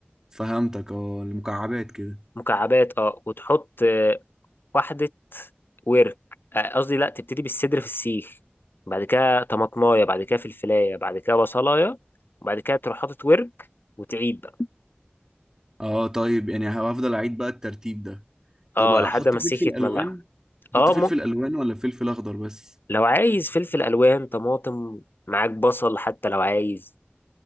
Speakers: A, on the right (about 15°); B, on the left (about 60°).
A: فهمتك اه المكعبات كده
B: مكعبات اه وتحط واحدة ورك آه، قصدي لا تبتدي بالصدر في السيخ بعد كده طماطمايه بعد كده فلفلايه بعد كده بصلايه وبعد كده تروح حاطط ورك وتعيد بقى
A: اه طيب يعني هفضل اعيد بقى الترتيب ده
B: اه
A: طب احط
B: لحد ما السيخ
A: فلفل
B: يتملع
A: الوان
B: اه
A: احط فلفل
B: ممكن
A: الوان ولا فلفل اخضر بس
B: لو عايز فلفل الوان طماطم معاك بصل حتى لو عايز